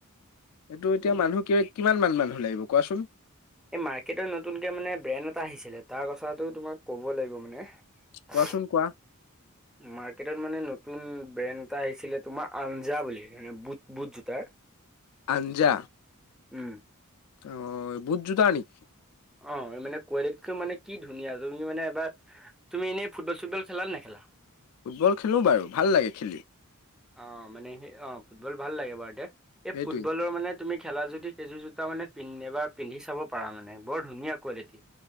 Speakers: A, on the left (about 80°); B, in the centre.
A: এইটো এতিয়া
B: উম।
A: মানুহ কিয় কিমান মান মানুহ লাগিব কোৱাচোন?
B: মাৰকেটত নতুনকে মানে ব্ৰেণ্ড এটা আহিছিলে। তাৰ কথাটো তোমাক ক'ব লাগিব মানে।
A: কোৱাচোন
B: হৌ
A: কোৱা
B: মাৰ্কেটত মানে ন নতুন ব্ৰেণ্ড এটা আহিছিলে তোমাৰ আঞ্জা বুলি মানে বুট বুট জোতাৰ।
A: আঞ্জা
B: উম
A: অ বুট জোতা নেকি?
B: অহ মানে কোৱালিটিটো মানে কি ধুনীয়া তুমি মানে এবাৰ তুমি এনেই ফুটবল চুটবল খেলা নেখেলা
A: ফুটবল খেলো বাৰু ভাল লাগে খেলি।
B: অহ মানে সেই অহ ফুটবল ভাল লাগে বাৰু তে এই
A: সেইটোৱে
B: ফুটবলৰ মানে তুমি খেলা যদি সেই জোতা মানে এবাৰ পিন্ধি চাব পাৰা মানে বৰ ধুনীয়া কোৱালিটি।